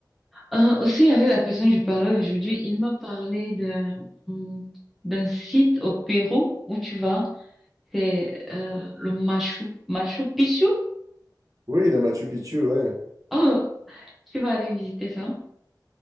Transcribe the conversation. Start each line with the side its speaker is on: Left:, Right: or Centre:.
Centre: Euh, aussi, avec la personne que je parlais aujourd'hui, il m'a parlé d'un hum, d'un site au Pérou où tu vas. C'est euh, le Machu, Machu Picchu.
Right: Oui, le Machu Picchu, ouais.
Centre: Oh, tu vas aller visiter ça.